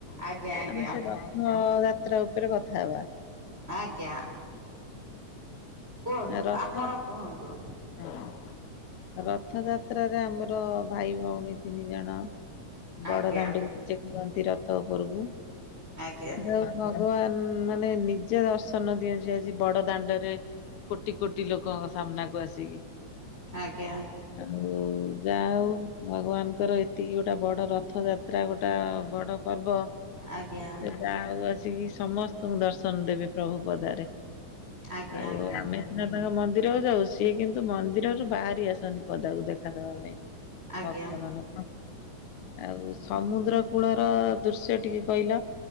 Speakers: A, on the right; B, on the left.
A: ଆଜ୍ଞା ଆଜ୍ଞା
B: ଆମେ ସେ ରଥଯାତ୍ରା ଉପରେ କଥା ହେବା।
A: ଆଜ୍ଞା। କୁହନ୍ତୁ
B: ରଥ
A: ଆପଣ କୁହନ୍ତୁ।
B: ହଁ ରଥଯାତ୍ରା। ରେ ଆମର ଭାଇ ଭଉଣୀ ତିନି ଜଣ ବଡ
A: ଆଜ୍ଞା
B: ଦାଣ୍ଡକୁ ବିଜେ କରନ୍ତି ର ତ ଉପରକୁ
A: ଆଜ୍ଞା
B: ଯା ହଉ ଭଗବାନ ଉଁ ମାନେ ନିଜେ ଦର୍ଶନ ଦିଅନ୍ତି। ଆଜି ବଡ ଦାଣ୍ଡରେ କୋଟି କୋଟି ଲୋକ ସାମ୍ନାକୁ ଆସିକି
A: ଆଜ୍ଞା
B: ଆଉ ଯା ହଉ। ଭଗବାନଙ୍କର ଏତିକି ଗୋଟେ ବଡ ରଥ ଯାତ୍ରା ଗୋଟା ବଡ ପର୍ବ
A: ଆଜ୍ଞା
B: ଯାହା ହଉ ଆସିକି ସମସ୍ତଙ୍କୁ ଦର୍ଶନ ଦେବେ। ପ୍ରଭୁ ପଦାରେ
A: ଆଜ୍ଞା
B: ଆଉ
A: ଆଜ୍ଞା
B: ଆମେ ସେନା ତାଙ୍କ ମନ୍ କୁ ଯାଉଚି କିନ୍ତୁ ମନ୍ଦିରରୁ ବାହାରି ଆସନ୍ତି ପଦାକୁ ଦେଖାଦବା ପାଇଁ।
A: ଆଜ୍ଞା
B: ଭକ୍ତ ମାନଙ୍କ ଆଉ ସମୁଦ୍ର କୂଳର ଦୃଶ୍ୟ ଟିକେ କହିଲ